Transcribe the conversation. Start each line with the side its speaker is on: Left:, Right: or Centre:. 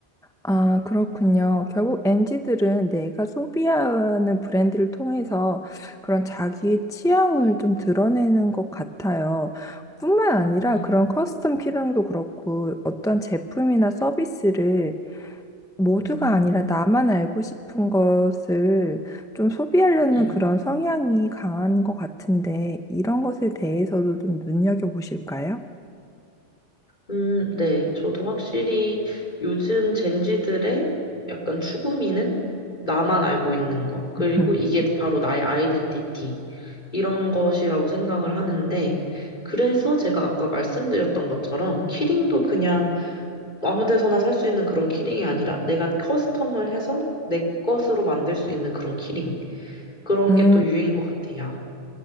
Centre: 아, 그렇군요. 결국 m 지들은 내가 소비하는 브랜드를 통해서 그런 자기의 취향을 좀 드러내는 것 같아요. 뿐만 아니라
Left: 네.
Centre: 그런 커스텀 키링도 그렇고 어떤 제품이나 서비스를 모두가
Left: 음,
Centre: 아니라 나만 알고 싶은 것을 좀 소비하려는
Left: 네.
Centre: 그런 성향이 강한 것 같은데 이런 것에 대해서도 좀 눈여겨보실까요?
Left: 음, 네. 저도 확실히 요즘 젠지들의 약간 추구미는 나만 알고 있는 것, 그리고
Centre: <laughs>
Left: 이게 바로 나의 아이덴티티, 이런 것이라고 생각을 하는데, 그래서 제가 아까 말씀드렸던 것처럼, 키링도 그냥 아무 데서나 살 수 있는 그런 키링이 아니라, 내가 커스텀을 해서 내 것으로 만들 수 있는 그런 키링. 그런
Centre: 음.
Left: 게 또 유행인 것 같아요.